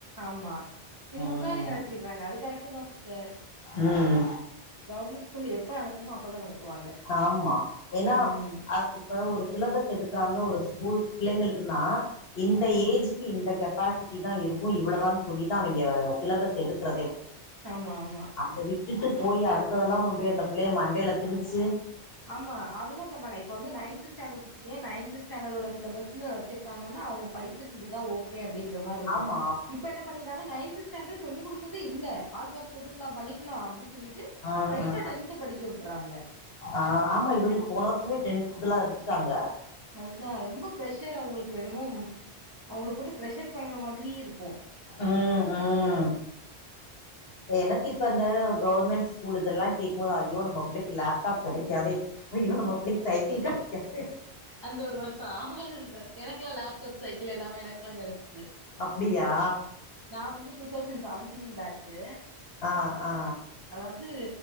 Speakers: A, on the right; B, on the left.
A: ஆமா இது
B: ம்
A: முன்னாடி நடத்திறாங்க அது கரெக்ட் தா சிஸ்டர்
B: ம்
A: கவர்மெண்ட் ஸ்கூல் எப்ப நடத்தணுமோ அப்பதா நடத்துவாங்க
B: ஆமா ஏன்னா
A: ம்
B: அ இப்ப ஒரு சிலபஸ் எடுக்கறாங்க ஒரு ஸ்கூல் பிள்ளைங்களுக்குன்னா இந்த
A: ம்
B: ஏஜ்க்கு இந்த கெப்பாசிட் ட்டி தா இருக்கும் இவ்வள தான்னு சொல்லிதா அவங்க சிலபஸ் எடுக்கறதே
A: ஆமா ஆமா
B: அந்த விட்டுட்டு போய் அடுத்ததெல்லா கொண்டு போய் அந்த பிள்ளைய மண்டையில திணிச்சு
A: ஆமா அதுதா பண்றாங்க இப்ப வந்து நைன்த் ஸ்டாண்டர்ட் ஏ நைன்த் ஸ்டாண்டர்டோட சிலபஸ்னு வச்சு ங்காங்கன்னா அவங்க படிக்கிறதுக்கு இதுதா ஓகே அப்டின்ற மாரி இருக்கும்
B: ஆமா
A: இப்ப என்ன பண்ணி க்காங்க நைன் ஸ்டாண்டர்ட் சொல்லி குடுத்தறது இல்ல ஆல்பாஸ் போட்டுக்கலா பண்ணிக்கலா அப்டின் சொல்லிட்டு
B: ம்
A: ஸ்ய்ட்டா
B: ம்
A: டென்த் படிக்க விட்டுறாங்க
B: ஆ ஆமா இவளுக்கு போன வருஷமே டென்த் இதெல்லா எடுத்துட்டாங்க
A: அதுதா ரொம்ப ப்ரெஷர் அவுங்களுக்கு என்னமோ அவுங்கள போட்டு ப்ரெஷர் பண்ற மாதிரியே இருக்கு
B: உம் உம்
A: <inaudible>
B: எனக்கு இப்ப இந்த கவர்மெண்ட் ஸ்கூல் இதெல்லா கேக்கும் போது ஐயோ நம்ம பிள்ளைக்கு லேப்டாப் கெடைக்காதே அய்யோ நம்ம பிள்ளைக்கு சைக்கிள் கெடைக்காதே
A: அந்த ஒரு வருஷ ஆக எனக்கெல்லா லேப்டாப் சைக்கிள் எல்லாமே எனக்கெல்லா கெடச்சுச்சு
B: அப்புடியா
A: நா வந்து டூ தௌசண்ட் செவன்டீன் பேச்சு
B: ஆ ஆ
A: அதாவது